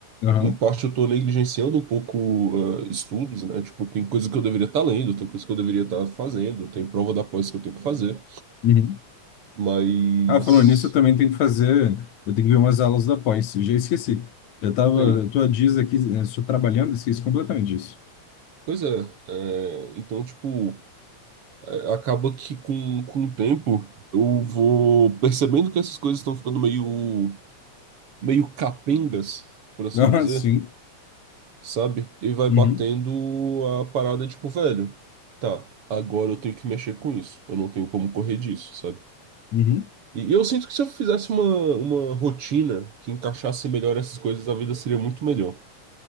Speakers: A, on the left (about 75°); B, on the right (about 50°).
A: Aham.
B: Em parte, eu tô negligenciando um pouco, ah, estudos, né? Tipo, tem coisa que eu deveria estar lendo, tem coisa que eu deveria estar fazendo, tem prova da pós que eu tenho que fazer.
A: Uhum.
B: Mas...
A: Ah, falando nisso, eu também tenho que fazer. Eu tenho que ver umas aulas da pós. Eu já esqueci. Eu tava.
B: Ei,
A: Eu tô há dias aqui, né, estou trabalhando, esqueci completamente disso. <laughs>
B: Pois é, é, então, tipo, é, acaba que com, com o tempo eu vou percebendo que essas coisas estão ficando meio, meio capengas, por assim
A: Ah,
B: dizer,
A: sim.
B: sabe? E vai
A: Uhum,
B: batendo a parada, tipo, velho, tá, agora eu tenho que mexer com isso, eu não tenho como correr disso, sabe?
A: uhum.
B: E eu sinto que se eu fizesse uma, uma rotina que encaixasse melhor essas coisas, a vida seria muito melhor.